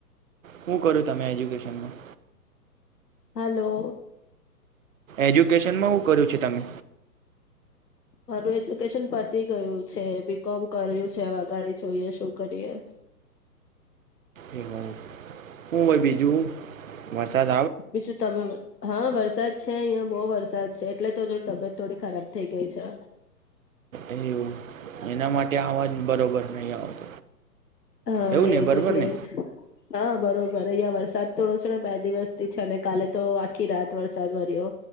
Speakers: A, on the right; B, on the left.
A: હું કરું તમે એજ્યુકેશનમાં?
B: હલો.
A: એજ્યુકેશનમાં કર્યું છે તમે?
B: માર એજ્યુકેશન પતી ગયું છે બીકોમ કર્યું છે આગાડી જોઈએ શું કરીએ.
A: એ હ હું ભ બીન <unintelligible>
B: બીજું તમે હા વરસાદ છે અહિયાં બહુ વરસાદ છે એટલે તો જો તબિયત થોડી ખરાબ થઇ ગઈ છે.
A: એવું એના માટે અવાજ બરોબર નહીં આવતો
B: હા
A: એવું ને
B: એજ
A: બરોબર
B: એટલે
A: ને
B: જ હા બરોબર, અહિયાં વરસાદ થોડો છે ને દિવસ અને કાલે તો આખી રાત વરસાદ વર્યો